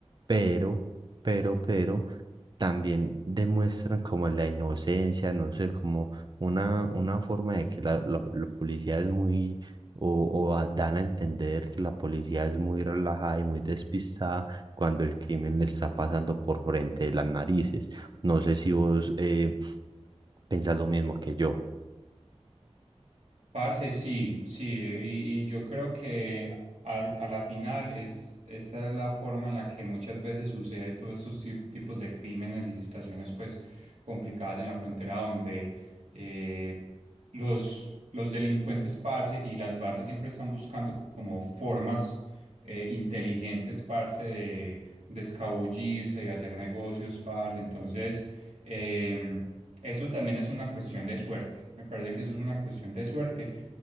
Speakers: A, on the right; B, on the right.
A: pero, pero, pero también demuestran como la inocencia, no sé, como una, una forma de que la, la- la policía es muy, o, o a- dan a entender que la policía es muy relajada y muy despistada cuando el crimen le está pasando por frente de las narices. No sé si vos eh, pensás lo mismo que yo.
B: Parce, sí, sí, y, y yo creo que al- a la final es, esa es la forma en la que muchas veces sucede todos esos ti- tipos de crímenes y situaciones pues complicadas en la frontera donde eh, los, los delincuentes, parce, y las bandas siempre están buscando como formas eh, inteligentes, parce, de, de escabullirse y hacer negocios, parce. Entonces, em, eso también es una cuestión de suerte. Me parece que eso es una cuestión de suerte